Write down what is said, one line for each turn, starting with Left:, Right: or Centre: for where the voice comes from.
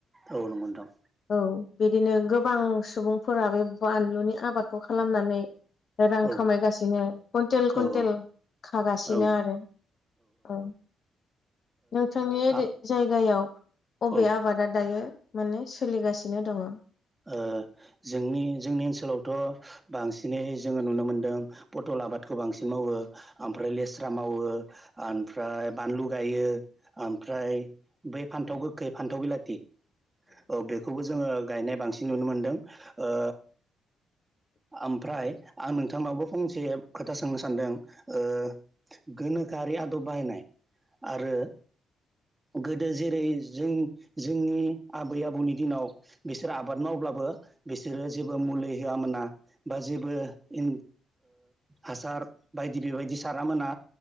Right: औ नोंगौ नोंथां
Left: औ बिदिनो गोबां सुबुंफोरा बे बानलुनि आबादखौ खालामनानै रां
Right: औ
Left: खामायगासिनो कुइन्टेल कुन्टेल
Right: औ
Left: खागासिनो
Right: औ
Left: आरो औ नोंथांनि ओरै
Right: आ
Left: जायगायाव अबे
Right: औ
Left: आबादा दायो माने सोलिगासिनो दङ
Right: ओ जोंनि जोंनि ओनसोलावथ' बांसिनै जोङो नुनो मोनदों पटल ल आबादखौ बांसिन मावो फ्राय लेस्रा मावो ओमफ्राय बानलु गायो ओमफ्राय बै फान्थाव गोखै फान्थाव बिलाथि औ बेखौबो जोङो गायनाय बां मोनदों ओ
Left: <unintelligible>
Right: ओमफ्राय आं नोंथांनावबो फंसे खोथा सोंनो सानदों ओ गोनोखो रि आदब बाहायनाय आरो गोदो जेरै जों जोंनि आबै आबौनि दिनाव बिसोर आबाद मावब्लाबो बिसोरो जेबो मुलि होआ मोना बा जेबो ओ हासार बायदि बेबायदि सारा मोना